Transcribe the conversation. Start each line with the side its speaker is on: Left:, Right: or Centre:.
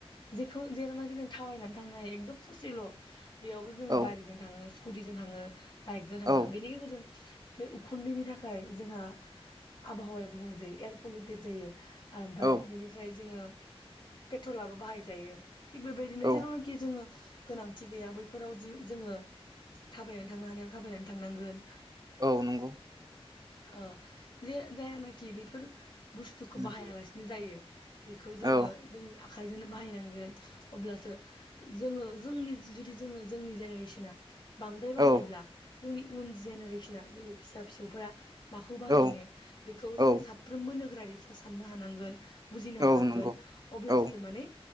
Left: जेखौ जेरावनाखि जों थाबायनानै थांनो हायो एकदम ससेल' बेयावबो जोङो
Right: औ
Left: गारिजों थाङो स्कुटिजों थाङो बाइकजों थाङो
Right: औ
Left: बेनि गेजेरजों बे उखुन्दैनि थाखाय जोंहा आबहावाया गुबुं जायो एयार पलुटेट जायो। ओमफाय
Right: औ
Left: बिनिफ्राय जोङो बे पेट्रलाबो बाहायजायो थिग बेबायदिनो
Right: औ
Left: जेरावनाखि जोङो गोनांथि गैया बैफोराव जो जोङो थाबायनानै थांनो हानायाव थाबायनानै थांनांगोन।
Right: औ नंगौ
Left: अ जे जायानो कि बेफोर बुस्थुखौ
Right: उम
Left: बाहायालासिनो जायो बेखौ जोङो
Right: औ
Left: जों आखायजोंनो बाहायनांगोन अब्लासो जोङो जोंनि जुदि जोङो जोंनि जेनेरेसना बांद्राय बाहायोब्ला
Right: औ
Left: जोंनि उन जेनेरेसना जोंनि फिसा फिसौफोरा माखौ बाहायनो
Right: औ
Left: बेखौ जों
Right: औ
Left: साफ्रोमबो नो गोरारिफ्रा साननो हानांगोन बुजिनो हानांगोन
Right: औ नंगौ
Left: अब्लासो
Right: औ
Left: माने